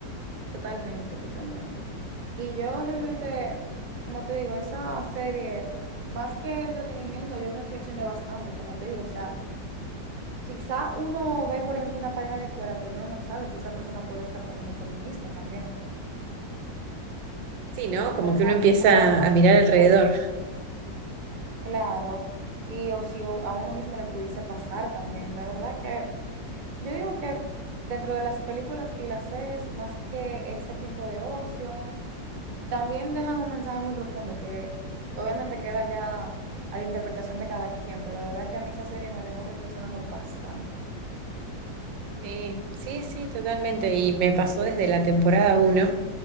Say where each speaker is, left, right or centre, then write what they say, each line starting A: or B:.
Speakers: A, on the right; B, on the right.
A: Totalmente, totalmente. Y yo realmente, como te digo, esa serie, más que entretenimiento, yo reflexioné bastante, como te digo, o sea, quizá uno ve, por ejemplo, una pareja de fuera, pero uno no sabe si esa persona puede estar pasando por lo mismo también,
B: Sí, ¿no? Como
A: con esa
B: que uno empieza
A: una pareja
B: a
A: manipuladora.
B: mirar alrededor.
A: Claro, y o si o- a uno mismo le pudiese pasar también, de verdad que yo digo que dentro de las películas y las series, más que ese tiempo de ocio, También dejan un mensaje muy profundo que obviamente queda ya a la interpretación de cada quien, pero de verdad que a mí esa serie me dejó reflexionando bastante.
B: Sí, sí, sí, totalmente. Y me pasó desde la temporada uno